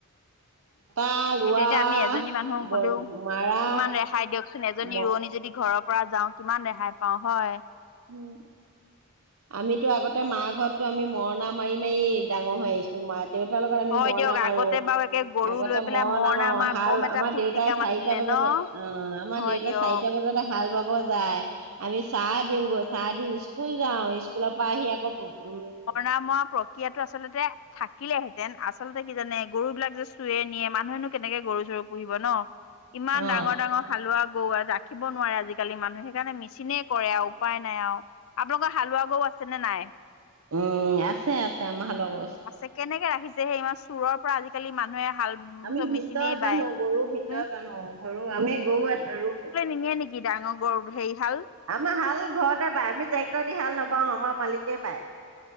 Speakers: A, on the right (about 75°); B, on the left (about 65°).
A: টা ৰোৱা
B: সেইটো এতিয়া আমি এজনী মানুহ গলেও
A: মাৰা।
B: কিমান ৰেহাই দিয়কচোন এজনী
A: ম-
B: ৰোৱনী যদি ঘৰৰ পৰা যাওঁ কিমান ৰেহাই পাওঁ হয়ঁ।
A: উমঁ! আমিতো আগতে মা ঘৰতো আমি মৰণা মাৰি মাৰি ডাঙৰ হৈ আহিছোঁ। মা দেউতাৰ লগত আমি
B: হয়
A: মৰণা
B: দিয়ক
A: মাৰোঁ
B: আগতে বাৰু একে গৰু
A: আগতে
B: লৈ পেলাই
A: মৰণা মাৰোঁ
B: মাৰা
A: হাল
B: কম এটা
A: আমাৰ
B: ফূৰ্তি
A: দেউতা-
B: কাম
A: প্ৰায়
B: আছিলে
A: চাৰিটা বজাতে
B: ন
A: অঁ আমাৰ
B: হয়
A: দেউতা
B: দিয়ক
A: চাৰিটা বজাতে হাল বাব যায়।
B: উম
A: আমি চাহ দিওঁগৈ চাহ দি স্কুল যাওঁ স্কুলৰ পৰা আহি আকৌ উমঁ ববব
B: না মই পফে- এতিয়াতো আচলতে- থাকিলেহেঁতেন আচলতে কি জানে গৰু বিলাক যে চুৰে নিয়ে মানুহেনো কেনেকে গৰু চৰু পুহিব নহ। ইমান
A: অ',
B: ডাঙৰ ডাঙৰ হালোৱা গৰু ৰাখিব নোৱাৰে আজিকালি মানুহে সেইকাৰণে মেচিনে কৰে আৰু। উপাই নাই আও। হালোৱা গৰু আছে নে নাই
A: উম, আছে আছে আমাৰ হালৰ গৰু
B: আছে কেনেকে ৰাখিছে সেই ইমান চোৰৰ পৰা আজিকালি মানুহে হাল-
A: আমি
B: চব
A: ভিতৰত
B: মেচিনেই
A: বান্ধো
B: বায়
A: গৰু ভিতৰত
B: হু
A: বান্ধো গৰু আমি গৰু
B: নিয়ে নেকি ডাঙৰ গৰু হেৰি হাল
A: আমাৰ হাল ঘৰতে বাই আমি ট্ৰেক্টৰ দি হাল নাবাও আমাৰ মালিকেই বাই।